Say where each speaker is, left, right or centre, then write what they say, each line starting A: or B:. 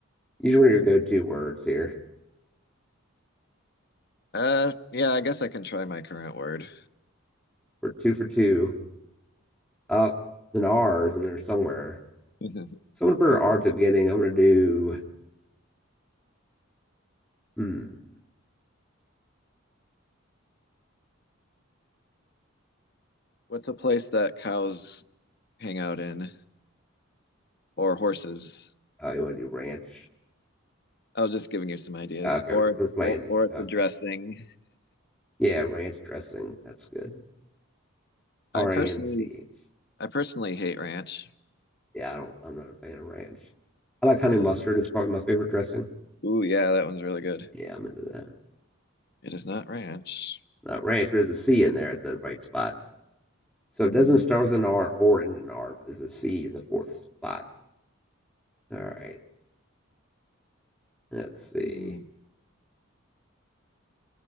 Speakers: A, in the centre; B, on the left.
A: use one of your go-to words here.
B: uh, yeah, I guess I can try my current word.
A: We're two for two. Up and R's in there somewhere.
B: <laughs>
A: Someone put an R at the beginning. I'm gonna do hmm.
B: What's a place that cows hang out in, or horses?
A: Oh, you want to do ranch?
B: I was just giving you some ideas,
A: Okay,
B: or
A: we're playing.
B: or or it's
A: Okay,
B: a dressing.
A: yeah, ranch dressing. That's good. R
B: I personally,
A: A N C H.
B: I personally hate ranch.
A: Yeah, I don't. I'm not a fan of ranch. I like honey
B: It
A: mustard.
B: is. not.
A: It's probably my favorite dressing.
B: Ooh, yeah, that one's really good.
A: Yeah, I'm into that.
B: It is not ranch.
A: Not ranch, but there's a C in there at the right spot. So it doesn't
B: Mm-hmm.
A: start with an R or end in an R, but there's a C in the fourth spot. All right. Let's see.
B: hmm